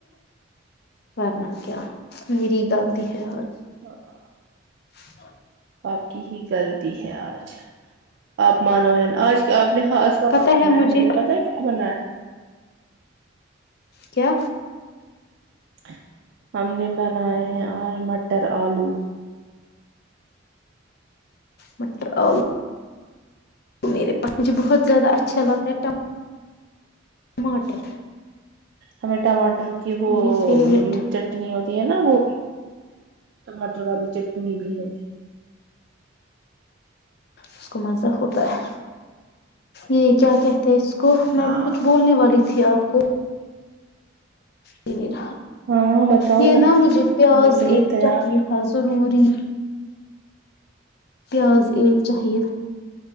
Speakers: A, on the left; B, on the right.
A: کرنا کیا میری گغلط ہے
B: ہاں
A: ہ
B: آپ کی ہی غلطی ہے آج آپ مانو آج آپ نے ہا بنایا
A: پتہ مجھے
B: ہے ہم نے پتا ہے کیا بنایا
A: کیا
B: ا ہم نے بناائے ہیں اور م بٹر آلو
A: م تو میرے پ مجھے بہت زیادہ اچھا لگتا ہے ٹماٹر
B: ہمیں ٹماٹر کی وہ
A: میری فیوریٹ اس
B: چٹنی ہوتی نا وہ ٹماٹر والی چ م بھی ہے
A: اس کو مزہ ہوتا ہے یہ کیا کہتے ہیں اس کو کو
B: ہاں
A: میں کچھ بولنے والی تھی آپ کو دیر
B: ہاں بتاؤ
A: یہ نا مجھے پیاز
B: بتانے کے لیے
A: ایک
B: تیار
A: چاہیے تھا ضروری پیاز ایک چاہیے